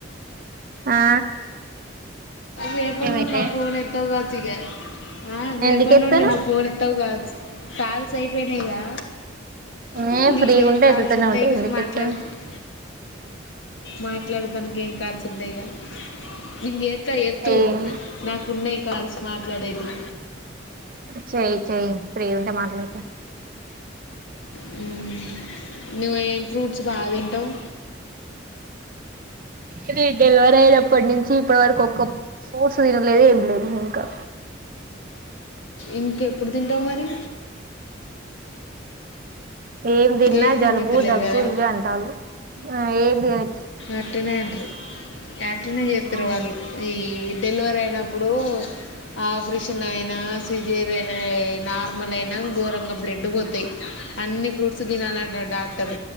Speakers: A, on the right (about 45°); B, on the left (about 75°).
A: ఆ
B: రేపను
A: ఏమైతే
B: నా పోన్ ఎత్తగావ్చ్ ఇగా ఆ రేపటి
A: ఎందుకు ఎత్తానవ్
B: నుండి నా పోన్ ఎత్తవ్ గావ్చ్ కాల్స్ అయిపోయినాయిగా
A: ఏ
B: నీ నీకేకాల్స్
A: ఫ్రీగా ఉంటే ఎత్తుతూనే
B: ఉంటాయ్
A: ఉంటా
B: గా
A: ఎందుకు
B: మాట్లాడుతుట్
A: ఎత్తావ్
B: మాట్లాడదానికి ఏం కాల్స్ ఉండాయ్ గా ఇంగేతా ఎత్తు
A: ఏం
B: నాకూనై కాల్స్ మాట్లాడేది.
A: చేయ్ చేయి ఫ్రీ ఉంటే మాట్లాడ్తా
B: హుహ్ నువ్వేం ఫ్రూట్స్ బా దీంటావ్.
A: ఇది డిలీవర్ అయినప్పడ్ నుంచి ఇప్పటి వరకు ఒక్కప్ సోడ్స్ తిన్లేదు ఎమ్ లేద్ ఇంకా
B: ఇంకెప్పుడ్ దింటావ్ మరి
A: ఏం దిన్నా
B: ఏది తిండి
A: జలుబు
B: తినలేరు
A: దగ్గు
B: కదా
A: ఇవే అంటాలు ఆఏది అని
B: అటనే అంట్రు యాటనే ఏతారు
A: ఉమ్
B: వాళ్ళు ఈ డెలివరీ అయినప్పుడు ఆ ఆప్రిష్ నైనా సిజేరి ఏయ్ నార్మల్ అయినా ఘోరంగా బ్లడ్ పోతాయ్. అన్ని ఫ్రూట్స్ దినాలంటాడ్ డాక్టర్